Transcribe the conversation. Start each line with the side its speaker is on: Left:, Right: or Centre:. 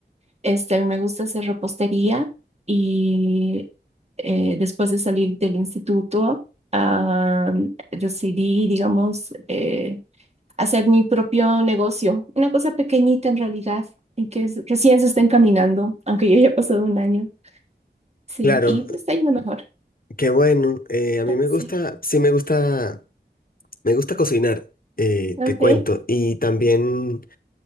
Right: Este, a mí me gusta hacer repostería y eh, después de salir del instituto, ah, decidí, digamos, eh, hacer mi propio negocio, una cosa pequeñita en realidad, y que es- recién se está encaminando, aunque ya haya pasado un año. Sí,
Left: Claro,
Right: y está yendo mejor.
Left: qué bueno. eh, a mí me
Right: Sí,
Left: gusta, sí me gusta, me gusta cocinar, eh,
Right: ok.
Left: te cuento. Y también